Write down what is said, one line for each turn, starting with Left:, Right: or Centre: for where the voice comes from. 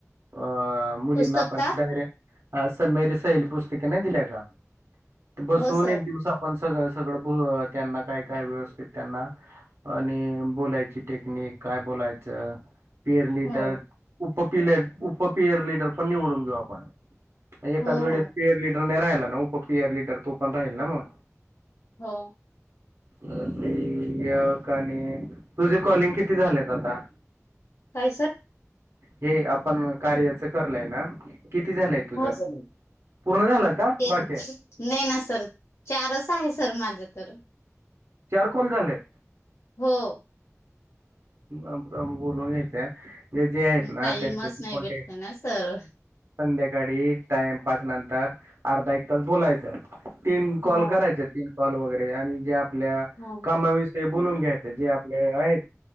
Right: अ मुलींना
Left: पुस्तक
Right: पण
Left: का
Right: ते डायरेट अ मेरी सैल पुस्तिकेने दिल्या का ते बसून
Left: हो सर
Right: एक दिवस आपण सगळ सगळं त्यांना काय काय व्यवस्थित त्यांना आणि बोलायची टेक्निक काय बोलायचं पिर िडर
Left: हो
Right: उपप उपपियर िडर पण निवडून घेऊ आपण एखाद
Left: हो
Right: वेळेस
Left: हो
Right: पीयर लीडर नाही राहिला ना उप पियर लीडर तो पण राहील ना मग
Left: हो
Right: क का आणि तुझे कॉलिंग किती? किती झालेत आता?
Left: काय सर
Right: हे आपण कार्याच करलय ना किती झालंय तुझ?
Left: हो सर
Right: पूर्ण झालं का
Left: ते
Right: बाकी
Left: नाही
Right: आहे
Left: ना सर चारच आहे सर माझं तर.
Right: चार कॉल झालेत.
Left: हो.
Right: <unintelligible> नयेत जे जे आहेत ना
Left: टाईमच
Right: त्यांच्याशी
Left: नाही
Right: कॉन्टॅक्ट
Left: भेटत ना सर
Right: संध्याकाळी टाइम पाास नंतर अर्धा एक तास बोलायचं. तीन कॉल
Left: हो
Right: करायचे तीन कॉल वगैरे आणि जे आपल्या
Left: हो
Right: कामाविषयी बोलून घ्यायचे जे आपले आहेत.